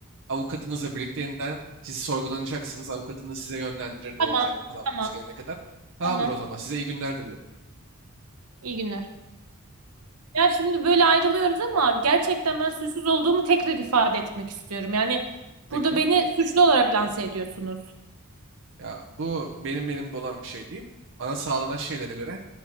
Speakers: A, on the right; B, on the right.
A: avukatınızla birlikte yeniden siz sorgulanacaksınız. Avukatınız size yönlendirir ne
B: Tamam.
A: olacağını falan
B: Tamam.
A: biz gelene kadar. Tamamdır
B: Tamam.
A: o zaman. Size iyi günler diliyorum.
B: İyi günler. Ya şimdi böyle ayrılıyoruz ama gerçekten ben suçsuz olduğumu tekrar ifade etmek istiyorum. Yani
A: Peki.
B: burada beni suçlu olarak lanse ediyorsunuz.
A: Ya bu benim elimde olan bir şey değil. Bana sağlanan şeylere göre